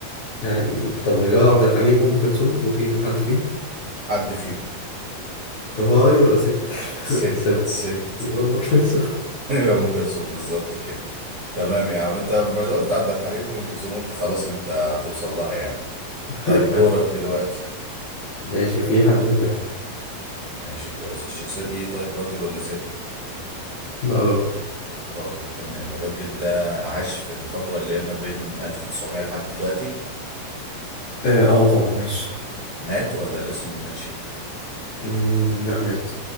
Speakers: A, on the left (about 75°); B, on the right (about 65°).
A: يعني طب نجاة عبد الحليم وام كلثوم ممكن يكون حد فيهم
B: حد فيهم
A: طب هو راجل ولا ست <laughs> بنحسبها
B: ست ست
A: يبقى ام كلثوم
B: ايوه ام كلثوم بالظبط كده تمام يا عم انت ما قلت عبد الحليم وام كلثوم قلت خلاص انت هتوصل لها يعني
A: <laughs>
B: طيب دورك
A: حلو
B: دلوقتي
A: ماشي في حد في دماغي
B: ماشي كويس الشخصية دي طيب راجل ولا ست؟
A: لا راجل
B: راجل تمام الراجل ده عاش في الفترة اللي هي ما بين 1900 لحد دلوقتي
A: اه, آه طبعا عايش
B: مات ولا لسه ما ماتش؟
A: مم، لا مات